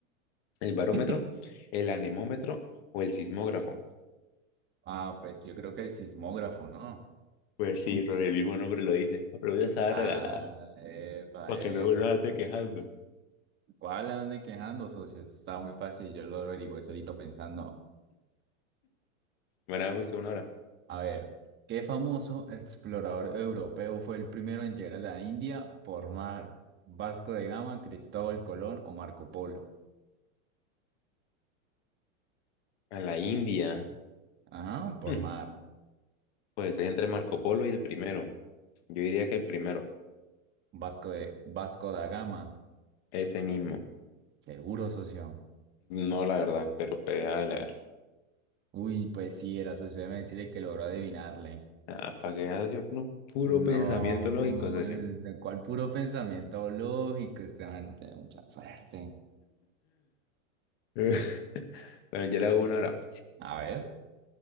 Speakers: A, on the left; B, on the right.
A: El barómetro,
B: <laughs>
A: el anemómetro o el sismógrafo.
B: Ah, pues yo creo que el sismógrafo, ¿no?
A: Pues sí, con el mismo nombre lo dice. La pregunta estaba
B: Ah,
A: regalada,
B: epa,
A: para que
B: epa.
A: luego no ande quejando.
B: ¿Cuál le ande quejando, socio? estaba muy fácil, yo lo averigüé solito pensando.
A: Bueno, vamos a una hora.
B: A ver, ¿qué famoso explorador europeo fue el primero en llegar a la India por mar? ¿Vasco de Gama, Cristóbal Colón o Marco Polo?
A: A la India.
B: Ajá, por
A: Hmm,
B: mar.
A: Pues estoy entre Marco Polo y el primero. Yo diría que el primero,
B: Vasco de Vasco da Gama,
A: ese mismo.
B: seguro, socio.
A: No, la verdad, pero pues, a ver.
B: Uy, pues sí, era socio, déjeme decirle que logró adivinarle.
A: Ah, para que veas, yo, no, puro
B: No,
A: pensamiento lógico, socio.
B: el- ¿cuál puro pensamiento lógico, este man tiene mucha suerte.
A: <laughs> Eh, Bueno, yo le hago una hora.
B: A ver,